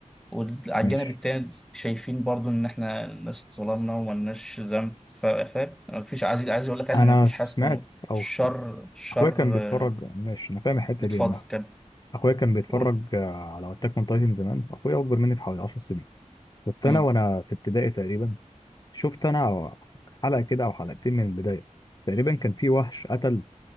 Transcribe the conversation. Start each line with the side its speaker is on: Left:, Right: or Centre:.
Centre: وعلى الجانب
Left: ماشي
Centre: التاني شايفين برضو ان احنا الناس اتظلمنا وملناش ذنب ف- فاهم مفيش عايز عايز اقول لك يعني
Left: انا
Centre: مفيش
Left: سمعت
Centre: حاجه اسمه
Left: او
Centre: شر
Left: ك-
Centre: شر
Left: اخويا كان بيتفرج
Centre: آه،
Left: ماشي انا فاهم الحته
Centre: اتفضل
Left: دي انها
Centre: كمل
Left: اخويا كان بيتفرج
Centre: قول
Left: آه، على اتاك اون تايتن زمان اخويا اكبر مني بحوالي 10 سنين كنت
Centre: مم.
Left: انا وانا في ابتدائي تقريبا شفت انا حلقه كده او حلقتين من البدايه تقريبا كان في وحش قتل